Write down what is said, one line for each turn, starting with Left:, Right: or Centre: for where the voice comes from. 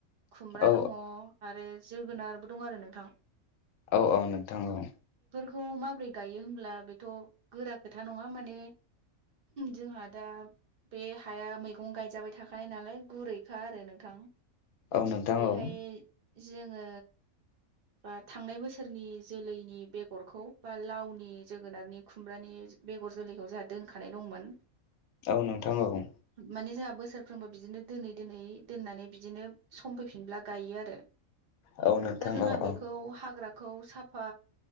Right: खुमब्रा
Left: औ
Right: दङ आरो जोगोनारबो दङ आरो नोंथां
Left: औ औ नोंथां औ
Right: खौ माब्रै गायो होनब्ला बे थ' गोरा खोथा नङा माने जोंहा दा बे हाया मैगं गायजाबाय थाखानाय नालाय गुरैखा आरो नोंथां
Left: औ नोंथां
Right: बेहाय
Left: औ
Right: जोङो बा थांनाय बोसोरनि जोलैनि बेगरखौ बा लावनि जो गोनारनि खुमब्रानि बेगर जोलैखौ जोंहा दोनखानाय दंमोन
Left: औ नोंथां औ
Right: माने जोंहा बोसोरफ्रोमबो बिदिनो दोनै दोनै दोननानै बिदिनो सम फैफिनब्ला गायो आरो
Left: औ नोंथां
Right: दा जोंहा
Left: औ औ
Right: बेखौ हाग्रा खौ साफा